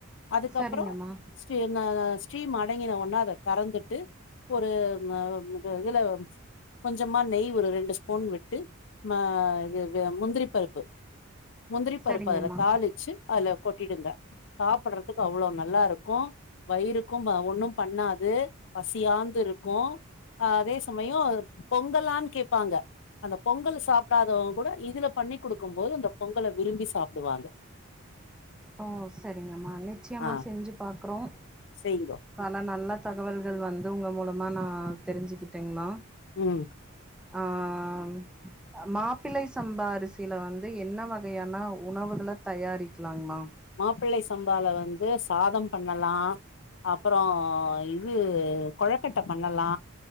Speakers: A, on the left; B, in the centre.
A: அதுக்கப்புறம்
B: சரிங்கம்மா
A: ஸ்ரீ ந ஸ்ரீரீம் அடங்கின ஒனே அத தறந்துட்டு ஒரு ஆ என்னது இதுல கொஞ்சமா நெய் ஒரு ரெண்டு ஸ்பூன் விட்டு ம இது இது முந்திரி பருப்பு முந்திரி
B: சரிங்கம்மா
A: பருப்பு அதுல தாளிச்சு அதுல கொட்டிடுங்க சாப்படுறதுக்கு அவ்வளோ நல்லா இருக்கும் வயிருக்கும் ஒன்னும் பண்ணாது பசியாந்து இரு க்கும் ஆ அதே சமயம் அத பொங்கலான்னு கேட்பாங்க அந்த பொங்கல் சாப்டாதவங்க கூட இதுல பண்ணி் கொடுக்கும் போது அந்த பொங்கல விரும்பி சாப்டுவாங்க
B: ஓ சரிங்கம்மா நிச்சயமா
A: ஆ
B: செஞ்சு பாக்குறோம்
A: செய்ங்கோ
B: பல நல்ல தகவல்கள் வந்து ஒங்க மூலமா நா தெரிஞ்சுக்கிட்டேங்ம்மா
A: ம்
B: ஆம் மாப்பிள்ளை சம்பா அரிசியில வந்து என்ன வகையான உணவுகள தயாரிக்கலாங்மா
A: மாப்பிள்ளை சம்பால வந்து சாதம் பண்ணலா அப்புறம் இது கொழக்கட்டை பண்ணலா